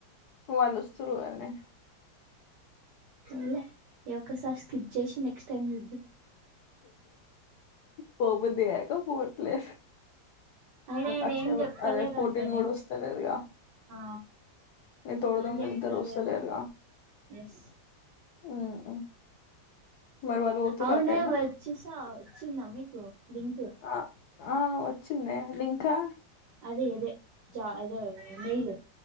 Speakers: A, on the left; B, on the right.
A: వాళ్ళుస్తురు కదనే
B: సర్లే ఈ ఒక్కసారి స్కిప్ చేసి నెక్స్ట్ టైమ్ చూద్దాం
A: పోబుద్ది గాక పోట్లే
B: అయినా ఈడ
A: అక్షయ
B: ఏం చెప్తలేరంటనే
A: అదే పొట్టిది కూడా వస్తలేదుగా
B: ఆ
A: మీ తోడు
B: ఏం
A: దొంగలిద్దరు
B: చెప్తలేరంట
A: వస్తలేరుగా
B: ఎస్
A: ఉమ్. మరి వాళ్ళు పోతురు
B: అవునే
A: అటేనా
B: వచ్చసా వచ్చిందా మీకు లింక్
A: ఆ ఆ వచ్చిందే లింకా
B: అదే అదే అదే మెయిల్